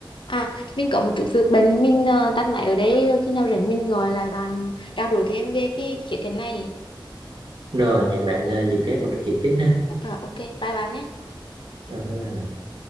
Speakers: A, on the left; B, on the right.
A: à mình có một chút việc bên mình uh, tắt máy ở đây rồi khi nào rảnh mình gọi lại bạn trao đổi thêm về cái khía cạnh này
B: rồi hẹn bạn ờ, dịp khác mình nói chuyện tiếp ha
A: Rồi, ok bye bạn nhé
B: rồi bye bye bạn